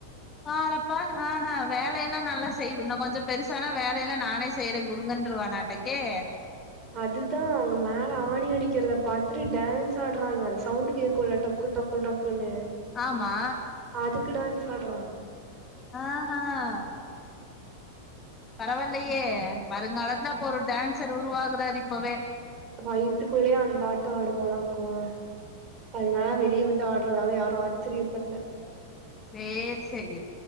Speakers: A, on the left; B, on the right.
A: பாறப்பா ஆஹ் ஆஹ் வேலையெல்லாம் நல்லா செய்து இன்னு கொஞ்சம் பெருசான வேலையெல்லாம் நானே செய்யறேன் குடுங்கன்டுருவான் ஆட்டூக் ஏ
B: அதுதான் அவங்க மேல ஆணி அடிக்கிறதை பாத்துட்டு டான்ஸ் ஆடுறா இவன் அந்த சவுண்ட் கேட்குல டக்கு டக்கு ட பொன்னு
A: ஆமா
B: அதுக் டக்கு டான்ஸ் ஆடுறா
A: ஆஹ் ஹ் பரவால்லையே வருங்காலத்துல இப்ப ஒரு டான்சர் உருவாகறாரு இப்பவே
B: வைய்த்துக்குள்ளயே அந்த ஆட்டம் ஆடுவானாங் கா அதனாலா வெளியே வந்து ஆடுறதால யாரு ஆச்சரிய படல
A: சேரி சேரி